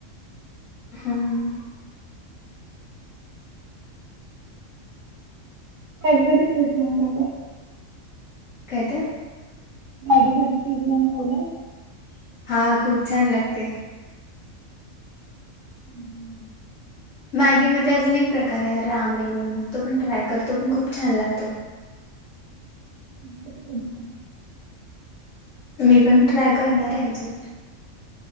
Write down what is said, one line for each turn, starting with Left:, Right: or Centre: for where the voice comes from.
Left: हम्म
Right: <unintelligible>
Left: काय ते
Right: मॅगी कधी केली नाही <inaudible>
Left: हा खूप छान लागते.
Right: <unintelligible>
Left: मॅगीमध्ये अजून एक प्रकार आहे रामेन म्हणून तो पण ट्राय करतो पण खूप छान लागतो.
Right: <inaudible>
Left: मी पण ट्राय करणार आहे अजून.